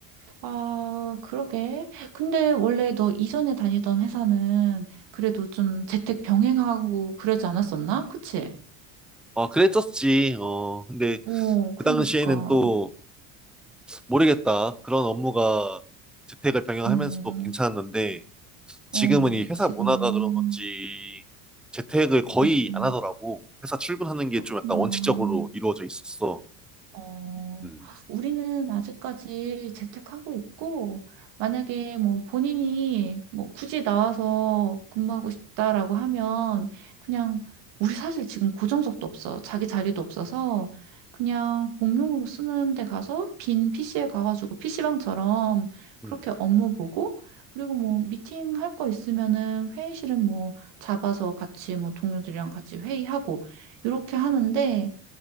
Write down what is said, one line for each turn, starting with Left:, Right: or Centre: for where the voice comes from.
Right: 아, 그러게. 근데 원래 너 이전에 다니던 회사는 그래도 좀 재택 병행하고 그러지 않았었나? 그치?
Centre: 아 그랬었지. 어 근데
Right: 어, 그러니까.
Centre: 그 당시에는 또 모르겠다. 그런 업무가 재택을 병행하면서도
Right: 어,
Centre: 괜찮았는데. 지금은
Right: 어,
Centre: 이 회사
Right: 지금은.
Centre: 문화가 그런 건지 재택을 거의
Right: 음,
Centre: 안 하더라고. 회사 출근하는 게
Right: 그렇구나.
Centre: 좀 약간 원칙적으로 이루어져 있었어.
Right: 어,
Centre: 음.
Right: 우리는 아직까지 재택하고 있고, 만약에 뭐 본인이 뭐 굳이 나와서 근무하고 싶다라고 하면, 그냥 우리 사실 지금 고정석도 없어. 자기 자리도 없어서, 그냥 공용으로 쓰는 데 가서 빈 PC에 가가지고 PC방처럼 그렇게
Centre: 음.
Right: 업무 보고, 그리고 뭐 미팅 할 거 있으면은 회의실은 뭐 잡아서 같이 뭐 동료들이랑 같이 회의하고, 이렇게 하는데,